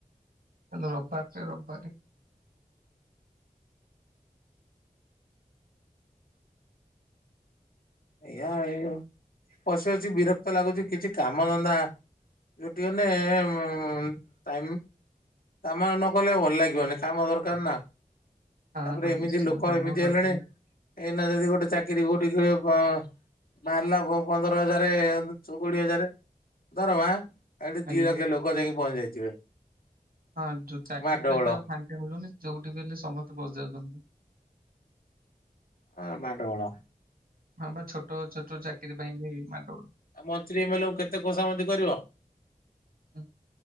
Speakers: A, on the right; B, on the left.
A: ତ ଲ-ରବାର ତ ରବାରେ
B: ଏଇଆ ଏଇ ଉ, ପଶି ବସି ବିରକ୍ତ ଲାଗୁଛି, କିଛି କାମ ଧନ୍ଦା ଯୁଟି ଗଲେ <unintelligible> ଟାଇମ୍ କାମ ନକଲେ ଭଲ ଲାଗିବନି। କାମ ଦରକାର ନା,
A: ହଁ
B: ତାପରେ
A: ହଁ
B: ଏମିତି
A: ନିଶ୍ଚିନ୍ତ
B: ଲୋକ
A: ଆମର
B: ଏମିତି
A: ଦରକାର
B: ହେଲେଣି ଏଇନା ଯଦି ଗୋଟେ ଚାକିରି କୋଉଠି ହୁଏ। ଓ, ବାହାରିଲା ପ-ପନ୍ଦର ହଜାରେ ଚ-କୋଡିଏ ହଜାର ଧର ବା। ଏଠି
A: ଆଜ୍ଞା।
B: ଦି ଲକ୍ଷ ଲୋକ ଯାଇକି ପହଞ୍ଚି ଯାଇଥିବେ।
A: ହଁ ଯୋଉ ଚାକିରି
B: ମାଡଗୋଳ
A: ତ ଏବେ ଆଉ ଫାଙ୍କା ମିଳୁନି, ଯୋଉଠି ବି ହେଲେ ସମସ୍ତେ ବସ ଯାଉଚନ୍ତି।
B: ଏ ମାଡ ଗୋଳ।
A: ହଁ ବା ଛୋଟ ଛୋଟ ଚାକିରି ପାଇଁ ବି ମାଡ ଗୋଳ।
B: ଆ, ମନ୍ତ୍ରୀ, ଏ ମାନଙ୍କୁ କେତେ ଖସାମିତି କରିବ।
A: ହୁଁ,